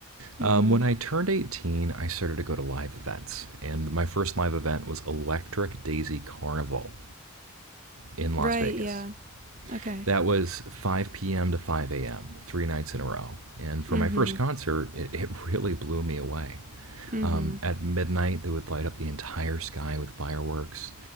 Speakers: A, on the right (about 35°); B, on the right (about 75°).
A: Mm
B: Um,
A: hmm.
B: when I turned 18, I started to go to live events, and my first live event was Electric Daisy Carnival in Las
A: Right,
B: Vegas.
A: yeah. Okay.
B: That was 5 p.m. to 5 a.m., three nights in a row. And for
A: Mm-hmm.
B: my first concert, it, it <laughs> really blew me away.
A: Mm-hmm.
B: Um, at midnight, they would light up the entire sky with fireworks.